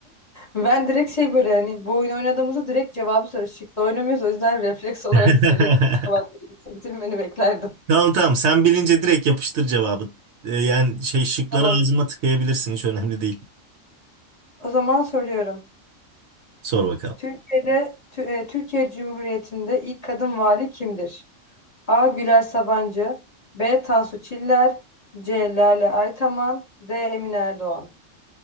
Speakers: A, on the left; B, on the right.
A: ben direkt şey böyle hani bu oyunu oynadığımızda direkt cevabı soruyoruz çıktı oynamıyoruz o yüzden refleks olarak
B: <laughs>
A: söyledim Kusura bakma, bitirmeni beklerdim
B: Tamam tamam sen bilince direkt yapıştır cevabı. Ee, yani şey şıkları
A: tamam
B: ağzıma tıkayabilirsin hiç önemli değil.
A: o zaman soruyorum
B: Sor bakalım.
A: Türkiye'de Tü- e, Türkiye Cumhuriyeti'nde ilk kadın vali kimdir? A. Güler Sabancı B. Tansu Çiller C. Lale Aytaman D. Emine Erdoğan.